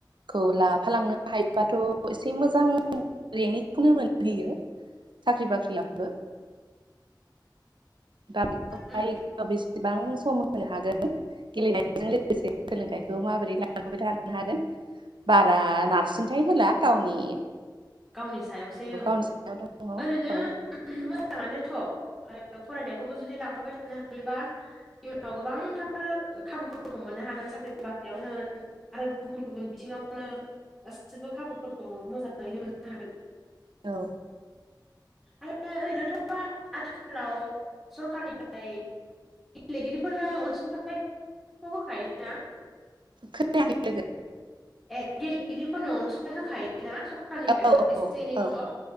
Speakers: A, on the right; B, in the centre.
A: खौ लाफालांनो हायोबाथ' एसे मोजां रेंनिखौनो मोनहैयो। साख्रि बाख्रियाबो दा
B: उम
A: <unintelligible> गोबां सम होनो हागोन गेलेनायजों लोगोसे सोलोंथाइखौ माबोरै लालांबाय थानो हागोन। बारा नारसिनथाय होला गावनि
B: गावनि सायावसै औ।
A: <unintelligible>
B: ओरैनो
A: औ
B: मोजाङानोथ' आरो फरायनायखौबो जुदि लांफाबाय थानो हायोबा इउनाव गोबांथार खाबुफोरखौ मोननो हागोन साख्रिनि बाख्रियावनो होन आरो गुबुन गुबुन बिथिङावनो गासिबो खाबुफोरखौ मोजाङैनो मोननो हागोन।
A: औ
B: आरो ओरैनोथ' आथिखालाव सरकारनिफ्राय गेलेगिरिफोरनो अनसुंथाइखौ होखायोना।
A: खोनायाखै लोगो
B: ए गेलेगिरिफोरनो अनसुंथाइ होखायोना सरखारनिफ्रायबो
A: लोगो औ
B: एसे
A: औ
B: एनैखौथ'।
A: औ